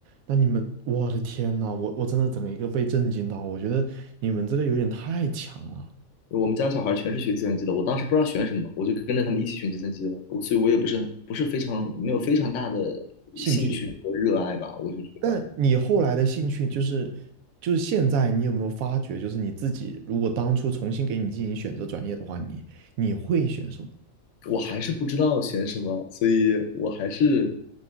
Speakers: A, on the right (about 85°); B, on the left (about 70°).
A: 那你们，我的天呐，我我真的整一个被震惊到。我觉得你们这个有点太强了，
B: 我们家小孩全是学计算机的，我当时不知道选什么，我就跟着他们一起选计算机了。我所以，我也不是很不是非常没有非常大的兴趣和热爱吧。
A: 兴趣。
B: 我就觉得
A: 但你后来的兴趣就是，就是现在你有没有发觉，就是你自己如果当初重新给你进行选择专业的话，你你会选什么？
B: 我还是不知道选什么，所以我还是